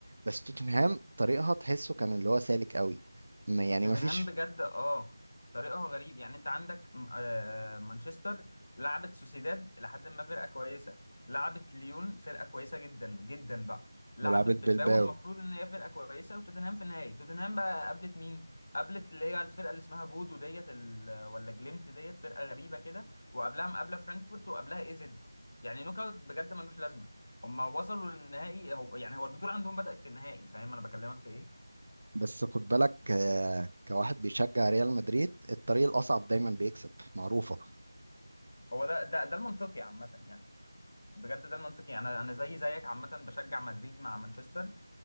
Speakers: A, on the right (about 40°); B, on the left (about 35°).
A: بس توتنهام طريقها تحسه كان اللي هو سالك قوي ما- يعني
B: توتنهام
A: ما فيش
B: بجد اه طريقه غريب يعني انت عندك م- آه، مانشستر لعبت سوسيداد لحد ما فرقه كويسه لعبت ليون فرقه كويسه جدا جدا بقى لعبت
A: ولعبت
B: بالباو
A: بلباو
B: المفروض ان هي فرقه كويسه وتوتنهام في النهائي توتنهام بقى قابلت مين قابلت اللي هي الفرقه اللي اسمها بودو ديت ال- ولا جليمت ديت فرقه غريبه كده وقبلها مقابله فرانكفورت وقبلها ايزد يعني نوك اوت بجد ملوش لازمه هما وصلوا للنهائي هو يعني هو البطوله عندهم بدأت في النهائي فاهم انا بكلمك في ايه
A: بس خد بالك آه، كواحد بيشجع ريال مدريد الطريق الأصعب دايما بيكسب معروفة
B: هو ده ده ده المنطقي عامه يعني بجد ده المنطقي يعني انا أنا زي زيك عامه بشجع مدريد مع مانشستر